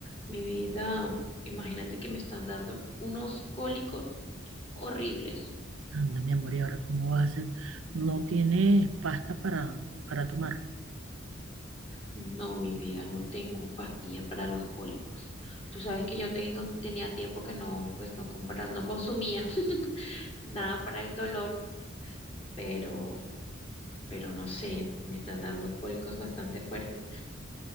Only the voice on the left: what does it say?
Mi vida, imagínate que me están dando unos cólicos horribles.
No, mi vida, no tengo pastilla para los cólicos. Tú sabes que yo tengo, tenía tiempo que no, pues no compra- no consumía <laughs> nada para el dolor, pero, pero no sé, me están dando cólicos bastante fuertes.